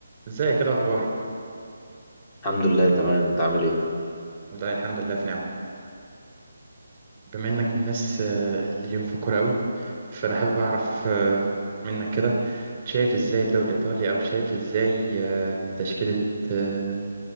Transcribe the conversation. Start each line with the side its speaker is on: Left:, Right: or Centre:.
Right: ازيك ايه الاخبار
Left: الحمد لله تمام انت عامل ايه
Right: والله الحمد لله في نعمه بما انك من الناس آه، اللي ليهم في الكوره قوي فانا حابب اعرف آه، منك كده شايف ازاي الدوري الايطالي او شايف ازاي آه، تشكيله آه،